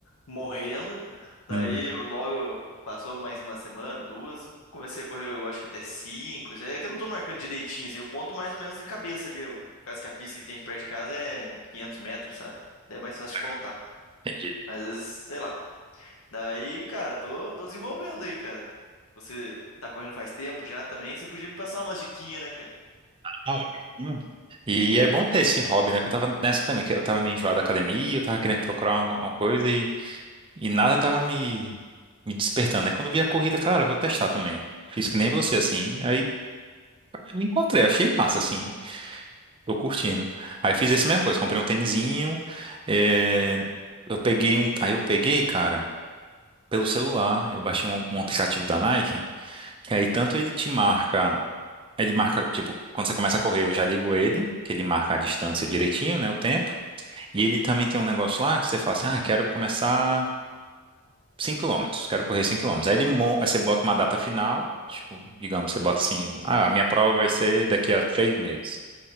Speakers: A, on the left; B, on the right.
A: morrendo. Daí
B: Uhum.
A: logo passou mais uma semana, duas, comecei a correr, eu acho que até cinco. Isso É que eu não tô marcando direitinho, assim, eu conto mais ou menos de cabeça ali. Por causa que a pista que tem aqui perto de casa é 500 metros, sabe? Daí é mais fácil de
B: Legal.
A: contar.
B: Entendi.
A: Mas às vezes, sei lá. Daí, cara, tô, tô desenvolvendo aí, cara. Você tá correndo faz tempo já também, você podia me passar umas diquinhas, né, cara?
B: Ah, ótimo. E é bom ter esse hobby, né? Que eu tava nessa também, que eu tava meio enjoado da academia, eu tava querendo procurar alguma alguma coisa E nada tava me, me despertando. Aí quando eu vi a corrida, cara, eu vou testar também. Fiz que nem você, assim. Aí me encontrei, achei massa, assim. Tô curtindo. Aí fiz essa mesma coisa, comprei um tênisinho. eh, Eu peguei um. Aí eu peguei, cara, pelo celular. Eu baixei um, um aplicativo da Nike, que aí tanto ele te marca. Ele marca, tipo, quando você começa a correr, eu já ligo ele, que ele marca a distância direitinho, né, o tempo. E ele também tem um negócio lá que você fala assim, ah, quero começar. 5 quilômetros quero correr 5 quilômetros Aí, ele, mon- aí você bota uma data final, tipo, digamos, você bota assim, ah, a minha prova vai ser daqui a três meses.